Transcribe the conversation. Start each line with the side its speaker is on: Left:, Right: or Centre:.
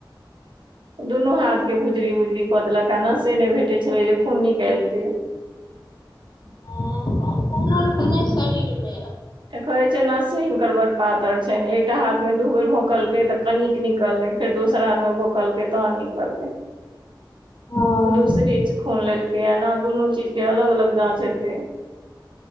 Right: दुनू हाथ केँ भुजरी भुजरी कऽ देलक आ नसे नय भेटे छलै जे खून निकाइलतै
Left: <unintelligible> <unintelligible> शरीरमे
Right: तऽ कहै छै नसे हिनकर बड़ पातर छैन एकटा हाथ मे दू बेर भोकलकेय तऽ कनिक निकल लै। फेर दोसर हाथमे भूकलकै तहन निकललै।
Left: <inaudible> हँ
Right: दू सिरींच खून लेलकै यऽ नऽ दुनू चीज केँ अलग - अलग जाँच हेतै